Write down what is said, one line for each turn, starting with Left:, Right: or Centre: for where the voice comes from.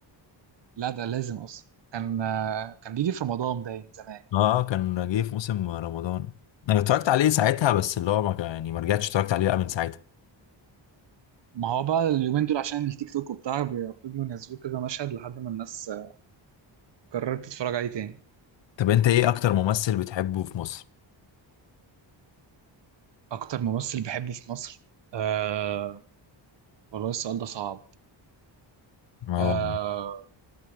Right: لا ده لازم اصلا كان آه، كان بيجي في رمضان باين زمان
Left: اه كان جه في موسم رمضان انا اتفرجت عليه ساعتها بس اللي هو ما كان- يعني ما رجعتش اتفرجت عليه بقى من ساعتها
Right: ما هو بقى اليومين دول عشان التيك توك وبتاع بيفضلوا ينزلوا كذا مشهد لحد ما الناس آه، قررت تتفرج عليه تاني
Left: طب انت ايه اكتر ممثل بتحبه في مصر
Right: اكتر ممثل بحبه في مصر آه والله السؤال ده صعب
Left: اه
Right: آه